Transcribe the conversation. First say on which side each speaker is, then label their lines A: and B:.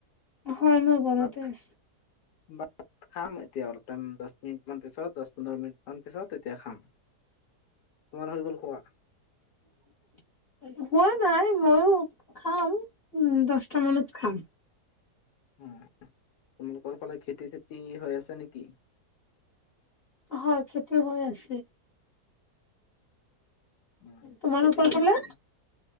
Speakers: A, on the left (about 45°); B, on the left (about 85°).
A: হয় মই ঘৰতে
B: ভাত
A: আছো।
B: ভাত খাম এতিয়া অলপ টাইম দহ মিনিট মান পিছত দহ পোন্ধৰ মিনিট মান পিছত, তেতিয়া খাম। তোমাৰ হৈ গ'ল খোৱা?
A: <unintelligible> হোৱা নাই ময়ো খাম, উম, দছটা মানত খাম।
B: উম, তোমালোকৰ ফালে খেতি-চেতি হৈ আছে নেকি?
A: হয়, খেতি হৈ আছে।
B: উম,
A: তোমালোকৰ
B: কি খেতি কৰি
A: ফালে?
B: আছে?